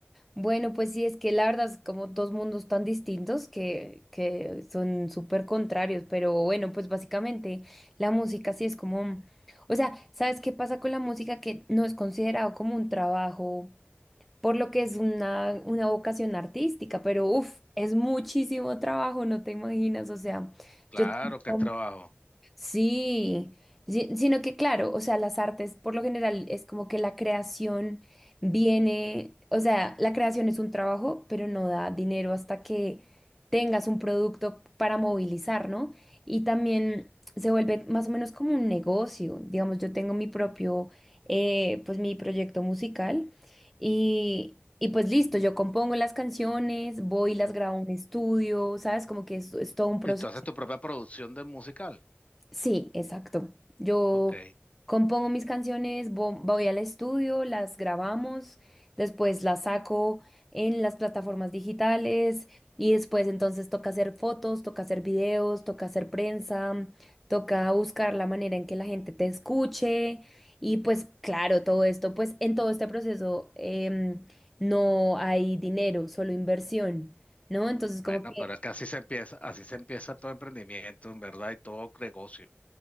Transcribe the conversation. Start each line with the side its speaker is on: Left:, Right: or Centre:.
Centre: Bueno, pues sí, es que la verdad es como dos mundos tan distintos que, que son súper contrarios, pero bueno, pues básicamente la música sí es como, o sea, ¿sabes qué pasa con la música que no es considerado como un trabajo, por lo que es una, una vocación artística, pero uff, es muchísimo trabajo, no te imaginas, o sea,
Left: Claro
Centre: yo tengo
Left: que es trabajo.
Centre: Sí, si- sino que claro, o sea, las artes por lo general es como que la creación viene, o sea, la creación es un trabajo, pero no da dinero hasta que tengas un producto para movilizar, ¿no? Y también se vuelve más o menos como un negocio. Digamos, yo tengo mi propio, eh, pues mi proyecto musical y, y pues listo, yo compongo las canciones, voy y las grabo en un estudio, ¿sabes? Como que es es todo un proceso.
Left: Y tú haces tu propia producción de musical.
Centre: Sí, exacto. Yo
Left: Ok.
Centre: compongo mis canciones, vo- voy al estudio, las grabamos, después las saco en las plataformas digitales y después entonces toca hacer fotos, toca hacer videos, toca hacer prensa, toca buscar la manera en que la gente te escuche y pues claro, todo esto, pues en todo este proceso em, no hay dinero, solo inversión, ¿no? Entonces
Left: Bueno,
Centre: como que...
Left: pero es que así se empieza, así se empieza todo emprendimiento, en verdad, y todo negocio.